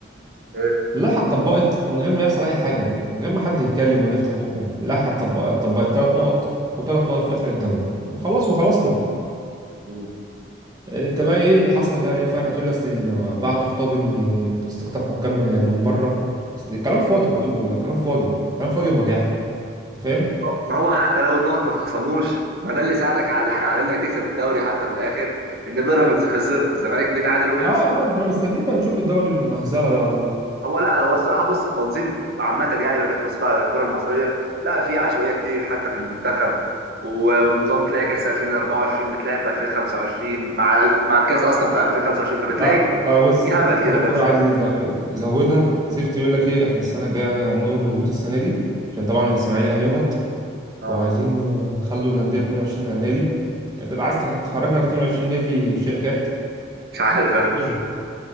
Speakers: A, on the right; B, on the right.
A: ايه
B: اللائحة اتطبقت من غير ما يحصل أي حاجة من غير ما حد يتكلم ولا يفتح بقه اللائحة اتطبق- اتطبقت تلات نقط وتلات نقط في آخر الدوري وخلاص وخلصنا
A: مم.
B: آه، أنت بقى إيه اللي حصل لا إيه الفرق تقول لي أصل ال- بعتوا خطاب إن استقطاب حكام من من بره بس كلام فاضي كله والله كلام فاضي كلام فاضي وبجاحة أنت فاهم؟
A: هو- ما هو حتى لو النقط ما اتخصموش ما ده اللي ساعدك على <laughs> على انك تكسب الدوري حتى في الاخر ان بيراميدز خسر والزمالك بيتعادل وبيخسر
B: آه آه ما إحنا مستنيين بقى نشوف الدوري المهزلة ده والله
A: هو لا هو الصراحه بص التنظيم عامه يعني لو جيت بصيت على الكره المصريه لا في عشوائيه كتير حتى في المنتخب و- ونظام تلاقي كاس 2024 بتلاقي في 2025 مع الف- مع الكاس اصلا بتاع 2025 فبتلاقي
B: لا لا بص
A: في
B: اتحاد
A: هبل كده
B: الكرة
A: بيحصل
B: عايز يز- يزودها زفت يقول لك إيه إحنا السنة الجاية يعني هنلغي الهبوط السنة دي عشان طبعا الإسماعيلي هيهبط
A: اه
B: وعايزين نخلوا الأندية 22 نادي يعني أنت عايز تفرجنا على 22 نادي شركات
A: مش عارف فاهم
B: إيه ده؟